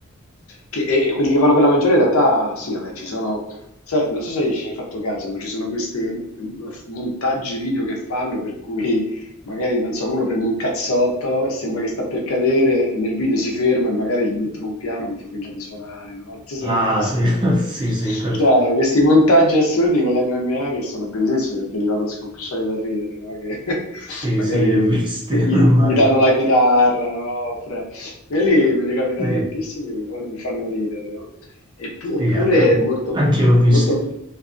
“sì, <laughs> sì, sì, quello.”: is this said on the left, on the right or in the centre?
Right